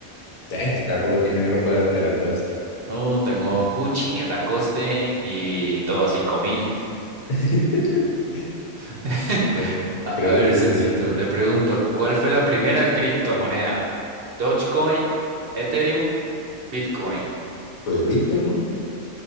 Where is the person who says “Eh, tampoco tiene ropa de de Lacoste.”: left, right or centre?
Left